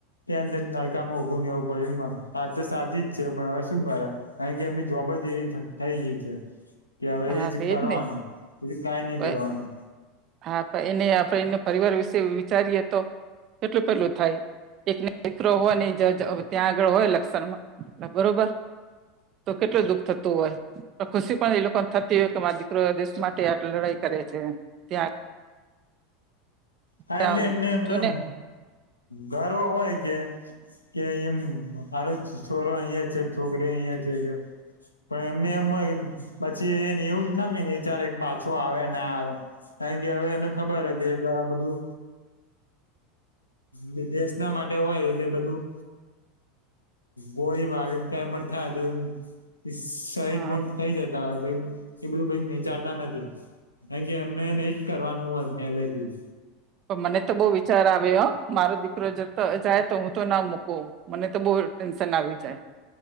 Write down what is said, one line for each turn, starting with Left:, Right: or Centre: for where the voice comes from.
Left: ત્યાં બેન તળકામાં ઊભું નહી એવું પડે એમા વાત તો સાચી જ છે પણ હવે શું કરે. કાકે એમની જોબ જ એવી થઈ ગઈ છે. કે હવે
Right: હા
Left: એજ
Right: તેજ
Left: કરવાનું
Right: ને
Left: એ કઈ નઈ
Right: પ-
Left: કરવાનું.
Right: હા પણ એને આપણે એનો પરિવાર વિશે વિચારીએ તો કેટલું પેલું થાય. એક દીકરો હોય ને જ ત્યાં આગળ હોય લક્ષણમાં બરોબર તો કેટલું દુઃખ થતું હોય તો ખુશી પણ એ લોકો થતી હોય કે મારો દીકરો એ દેશ માટે આ લડાઈ કરે છે ત્યાં. ત્યાં
Left: હા એટલે એમને એમને
Right: જોને
Left: ગર્વ હોય કે. કે એમ મારું છોરો અહિયાં છે છોકરી અહિયાં છે કે. પણ એમને એમ હોય પછી એ એવું ના વિચારે પાછો આવે ના આવે. કાયકે હવે એમને ખબર હે કે આ બધું. દ દેશ ના માટે હોય એટલે બધું. ગોળી વાગીને ક્યાં પણ થાય તો એ શહિદ
Right: હા
Left: પણ થઈ જતા હોય તો એ બધું વિચારતા નથી. કારણ કે એમનેને ઈજ કરવાનું હોય પેલા થીજ.
Right: પણ મને તો બહુ વિચાર આવે હો. મારો દીકરો જતો જાય તો હું તો ના મૂકુ મને તો બહુ ટેન્શન આવી જાય.